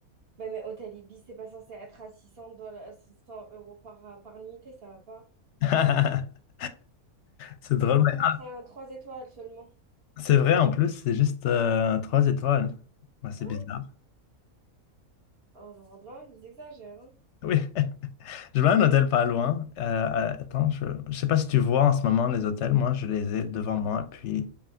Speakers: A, on the right; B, on the left.
A: Ben, mais Hôtel Ibis, c'est pas censé être à 600 dollars, 600 euros par, euh, par nuitée, ça va pas.
B: <laughs> C'est drôle.
A: C'est censé
B: mais-
A: être à 3 étoiles seulement.
B: ah, C'est vrai, en plus, c'est juste euh, trois étoiles. Ouais, c'est
A: Ouais.
B: bizarre.
A: Alors là, ils exagèrent. hein.
B: Oui. <laughs> Je vois un hôtel pas loin. Euh, euh, attends, je... je sais pas si tu vois en ce moment les hôtels. Moi, je les ai devant moi. Puis,